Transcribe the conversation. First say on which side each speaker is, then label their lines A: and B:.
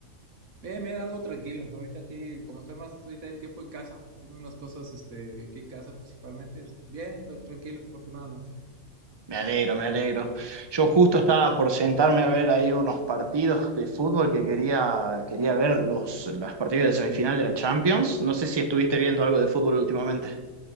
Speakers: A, on the right; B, on the right.
A: Bien, bien, algo tranquilo. Ahorita aquí, como estoy más, ahorita en tiempo en casa, haciendo unas cosas, este, aquí en casa principalmente. es Bien, pero tranquilo, afortunadamente.
B: Me alegro, me alegro. Yo justo estaba por sentarme a ver ahí unos partidos de fútbol que quería, quería ver los, las partidas de semifinal de la Champions. No sé si estuviste viendo algo de fútbol últimamente.